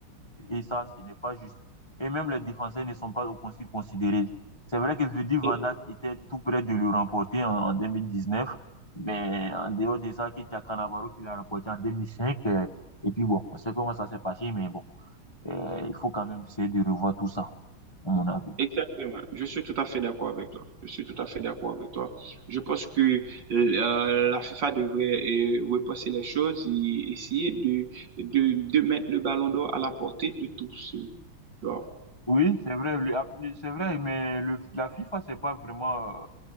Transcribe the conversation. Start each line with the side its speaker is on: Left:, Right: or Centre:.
Left: et ça, ce n'est pas juste. Et même les défenseurs ne sont pas aussi considérés. C'est vrai que Virgil van
Right: E-
Left: Dijk était tout près de le remporter en, en 2019, mais en dehors de ça, Keita Cannavaro qui l'a remporté en 2005. euh, et puis bon, on sait comment ça s'est passé, mais bon, euh, il faut quand même essayer de revoir tout ça, à mon avis.
Right: Exactement. Je suis tout à fait d'accord avec toi. Je suis tout à fait d'accord avec toi. Je pense que euh, euh, la FIFA devrait euh, repenser les choses et essayer de, de, de mettre le ballon d'or à la portée de tous. Tu vois.
Left: Oui, c'est vrai, le- c'est vrai, mais le- la FIFA, c'est pas vraiment euh,